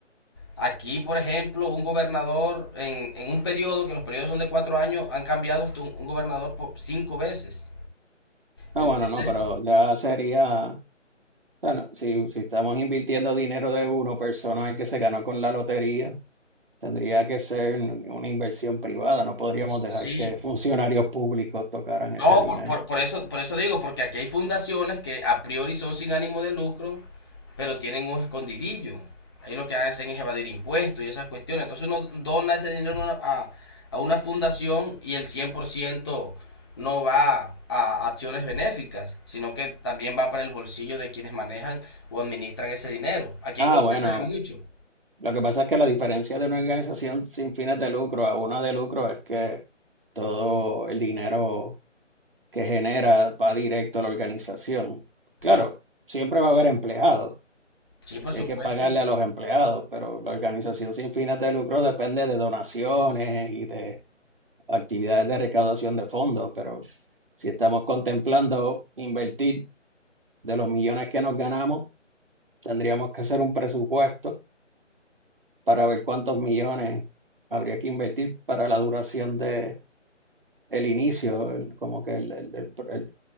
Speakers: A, on the left (about 20°); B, on the right (about 45°).
A: Aquí, por ejemplo, un gobernador en, en un periodo, que los periodos son de cuatro años, han cambiado hasta un, un gobernador por cinco veces.
B: Ah,
A: Entonces,
B: bueno, no, pero ya sería, bueno, si, si estamos invirtiendo dinero de uno persona que se ganó con la lotería, tendría que ser una inversión privada, no podríamos
A: sí,
B: dejar que funcionarios públicos tocaran ese
A: No,
B: dinero.
A: por, por- por eso, por eso digo, porque aquí hay fundaciones que a priori son sin ánimo de lucro, pero tienen un escondidillo. Ahí lo que hacen es evadir impuestos y esas cuestiones. Entonces uno dona ese dinero a, una a a una fundación y el 100% no va a acciones benéficas, sino que también va para el bolsillo de quienes manejan o administran ese dinero. Aquí
B: Ah,
A: en Colombia
B: bueno,
A: se ve Claro. mucho.
B: lo que pasa es que la diferencia de una organización sin fines de lucro a una de lucro es que todo el dinero que genera va directo a la organización. Claro,
A: ¿eh?
B: siempre va a haber empleados
A: Sí, por
B: y
A: supuesto.
B: hay que pagarle a los empleados, pero la organización sin fines de lucro depende de donaciones y de actividades de recaudación de fondos, pero si estamos contemplando invertir de los millones que nos ganamos, tendríamos que hacer un presupuesto para ver cuántos millones habría que invertir para la duración de el inicio, el- como que el, el- el- el